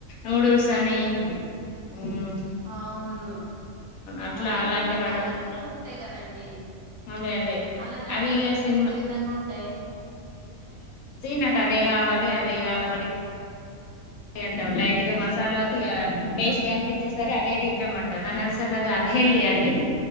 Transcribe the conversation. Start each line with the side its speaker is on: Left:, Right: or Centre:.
Left: నూడుల్స్ అని మ్
Right: అవును
Left: అట్లా
Right: అవేంటంటే
Left: అలాంటి వాటికి
Right: కలర్ ఫుల్లుగుంటాయ్ కదండి
Left: అదే అదే
Right: ఆల్లను అట్రాక్ట్
Left: అవి ఇగ సినిమా
Right: చేసే విధంగా ఉంటాయ్.
Left: నాక్ అదే కావాలి అదే కావాలి ఇగ అంటాం లైట్ గా మసాలాకి ఇగ టేస్ట్ అనిపించే సరే అదే తింటామంటార్ కానీ అసలు అన్ హెల్ది అండి